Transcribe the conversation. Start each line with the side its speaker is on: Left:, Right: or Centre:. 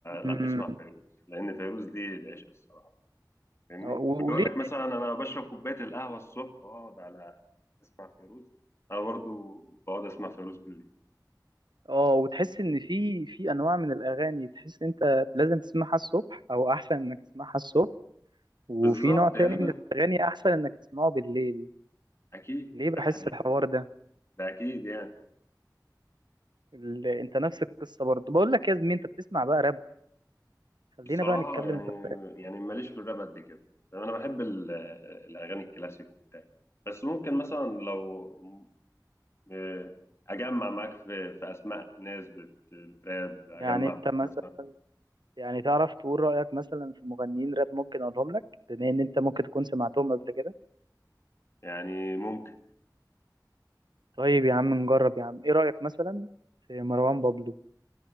Left: لا
Right: أمم.
Left: اسمع فيروز لان فيروز دي العشق الصراحه فاهمني
Right: و-
Left: واللي يقول
Right: وليه
Left: لك مثلا انا بشرب كوبايه القهوه الصبح واقعد على اسمع فيروز انا برضو بقعد اسمع فيروز بالليل
Right: اه وتحس ان في في انواع من الاغاني تحس إن انت لازم تسمعها الصبح او احسن انك تسمعها الصبح وفي
Left: بالظبط
Right: نوع تاني
Left: يعني
Right: من
Left: انا
Right: الاغاني احسن انك تسمعه بالليل
Left: اكيد
Right: ليه بحس
Left: ده حق-
Right: الحوار ده
Left: ده اكيد يعني
Right: ال- انت نفس القصه برضه بقول لك يا زميلي انت بتسمع بقى راب خلينا
Left: بصراحه
Right: بقى نتكلم
Left: يعني
Right: في الراب
Left: يعني ماليش في الراب قد كده يعني انا بحب ال- الاغاني الكلاسيك وبتاع بس ممكن مثلا لو آه، اجمع معاك في في اسماء ناس بتراب اجمع
Right: يعني انت مثلا
Left: مثلا
Right: يعني تعرف تقول رايك مثلا في مغنيين راب ممكن اقولهم لك بما ان انت ممكن تكون سمعتهم قبل كده
Left: يعني ممكن
Right: طيب يا عم نجرب يا عم ايه رايك مثلا في مروان بابلو